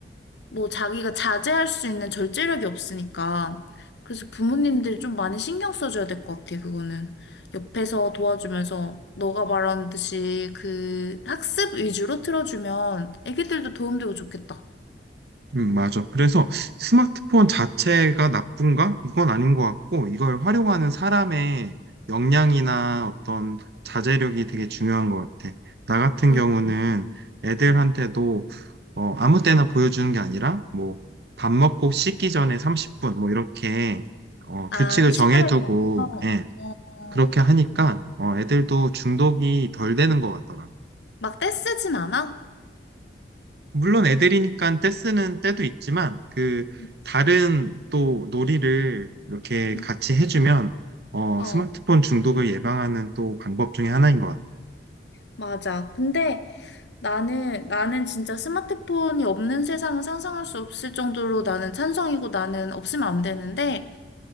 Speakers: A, on the left; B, on the right.
A: 뭐 자기가 자제할 수 있는 절제력이 없으니까. 그래서 부모님들이 좀 많이 신경 써줘야 될 것 같아, 그거는. 옆에서 도와주면서 너가 말하는 듯이 그 학습 위주로 틀어주면 애기들도 도움되고 좋겠다.
B: 음, 맞아. 그래서 스마트폰 자체가 나쁜가? 이건 아닌 것 같고, 이걸 활용하는 사람의 역량이나 어떤 자제력이 되게 중요한 것 같아. 나 같은
A: 그렇지.
B: 경우는 애들한테도
A: 음.
B: 어, 아무 때나 보여주는 게 아니라, 뭐, 밥 먹고 씻기 전에 30분, 뭐, 이렇게 어,
A: 아,
B: 규칙을
A: 시간을
B: 정해두고,
A: 정해서,
B: 예,
A: 어,
B: 그렇게 하니까 어, 애들도 중독이 덜 되는 것 같더라. 고
A: 막 떼쓰진 않아?
B: 물론 애들이니까 떼쓰는 때도 있지만 그
A: 음,
B: 다른 또 놀이를 이렇게
A: 음.
B: 같이 해주면 어
A: 어,
B: 스마트폰 중독을 예방하는 또 방법 중에 하나인 것 같아.
A: 맞아. 근데 나는, 나는 진짜 스마트폰이 없는 세상은 상상할 수 없을 정도로 나는 찬성이고 나는 없으면 안 되는데,